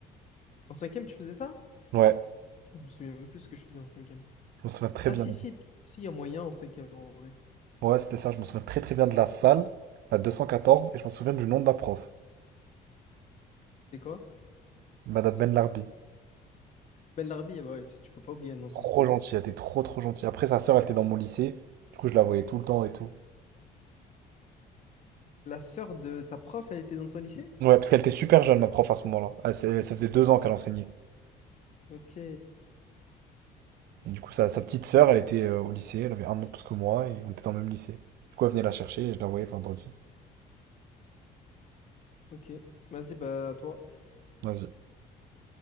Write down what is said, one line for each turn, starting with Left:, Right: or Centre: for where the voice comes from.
Left: En cinquième, tu faisais ça?
Right: Ouais,
Left: Je me souviens même plus ce que je faisais en cinquième.
Right: je me souviens très
Left: Ah,
Right: bien.
Left: si, si, si, il y a moyen en cinquième, en vrai.
Right: Ouais, c'était ça, je me souviens très très bien de la salle, la 214, et je me souviens du nom de la prof,
Left: C'est quoi?
Right: Madame Ben Larbi.
Left: Ben Larbi, eh ben ouais, tu, tu peux pas oublier un nom
Right: Trop
Left: comme ça.
Right: gentille, elle était trop trop gentille. Après, sa sœur, elle était dans mon lycée. Du coup, je la voyais tout le temps et tout.
Left: La sœur de ta prof, elle était dans ton lycée?
Right: Ouais, parce qu'elle était super jeune, ma prof, à ce moment-là. Ah, c'est- Ça faisait deux ans qu'elle enseignait.
Left: Ok,
Right: Et du coup, sa, sa petite sœur, elle était euh, au lycée, elle avait un an de plus que moi, et on était dans le même lycée. Du coup, elle venait la chercher et je la voyais le vendredi.
Left: ok. Vas-y, bah, toi.
Right: Vas-y.